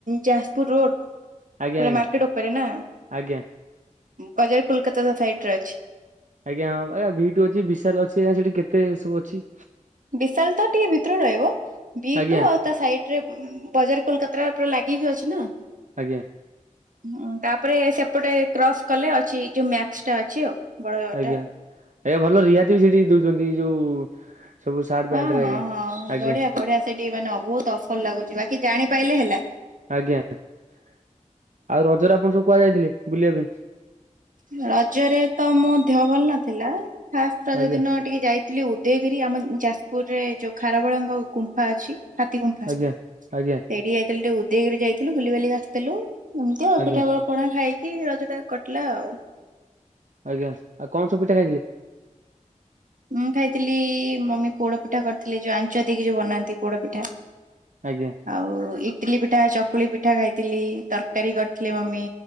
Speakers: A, on the right; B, on the right.
A: ଯାଜପୁର ରୋଡ ପୁରା
B: ଆଜ୍ଞା ଆଜ୍ଞା
A: ମାର୍କେଟ ଉପରେ ନା।
B: ଆଜ୍ଞା
A: ବଜାର କୋଲକାତା ତା ସାଇଟର ଅଛି।
B: ଆଜ୍ଞା ହଁ ଆଜ୍ଞା ଭିଟୁ ଅଛି ବିଶାଲ ଅଛି ଆ ସେଠି କେତେ ସବୁ ଅଛି।
A: ବିଶାଲ ତ ଟିକେ ଭିତରୁ ରହିବ ବି
B: ଆଜ୍ଞା
A: ଟୁ ଆଉ ତା ସାଇଡରେ ବଜାର କୋଲକତା ପୁରା ଲାଗିକି ଅଛି ନା।
B: ଆଜ୍ଞା।
A: ହୁଁ ତାପରେ ସେପଟେ କ୍ରସ୍ କଲେ ଅଛି ଯୋଉ ମାକ୍ସ ଟା ଅଛି ଆଉ। ବଡଟା
B: ଆଜ୍ଞା
A: ଆଉ।
B: ଆଜ୍ଞା ଭଲ ରିହାତି ବି ସେଠି ଦଉଛନ୍ତି ଯୋଉ ସବୁ ସାର୍ଟ
A: ହଁ
B: ପ୍ୟାଣ୍ଟ ରେ
A: ହଁ
B: ଆଜ୍ଞା
A: ହଁ
B: ଆଜ୍ଞା।
A: ବଢିଆ ବଢିଆ ସେଠି ମାନେ ବହୁତ ଅଫଲ ଲାଗୁଛି ବାକି ଜାଣି ପାଇଲେ ହେଲା।
B: ଆଜ୍ଞା ଆଉ ରଜରେ ଆପଣ ସବୁ କୁଆଯାଇଥିଲେ ବୁଲିବା ପାଇଁ।
A: ରଜରେ ତ ମୋ ଦେହ ଭଲ ନଥିଲା ଫାଷ୍ଟ ରଜ
B: ଆଜ୍ଞା
A: ଦିନ ଟିକେ ଯାଇଥିଲି ଉଦୟଗିରି ଆମ ଯାଜପୁରରେ ଯୋଉ ଖାରବେଳଙ୍କ ଗୁମ୍ଫା ଅଛି। ହାତୀ ଗୁମ୍ଫା
B: ଆଜ୍ଞା
A: ସେଇଠି
B: ଆଜ୍ଞା
A: ଯାଇଥିଲୁ ଟିକେ ଉଦୟଗିରି ଯାଇଥିଲୁ ବୁଲି ବାଲିକି ଆସିଥିଲୁ। ଏମିତି ଆଉ
B: ଆଜ୍ଞା
A: ପିଠା ବ ପଣା ଖାଇକି ରଜଟା କଟିଲା ଆଉ।
B: ଆଜ୍ଞା ଆଉ କଣ ସବୁ ପିଠା ଖାଇଥିଲେ?
A: ମୁଁ ଖାଇଥିଲି ମମି ପୋଡପିଠା କରିଥିଲେ ଯୋଉ ଆଞ୍ଚ ଦେଇକି ଯୋଉ ବନାନ୍ତି ପୋଡପିଠା।
B: ଆଜ୍ଞା।
A: ଆଉ ଇଟିଲି ପିଠା ଚକୁଳି ପିଠା ଖାଇଥିଲି ତରକାରୀ କରିଥିଲେ ମମି।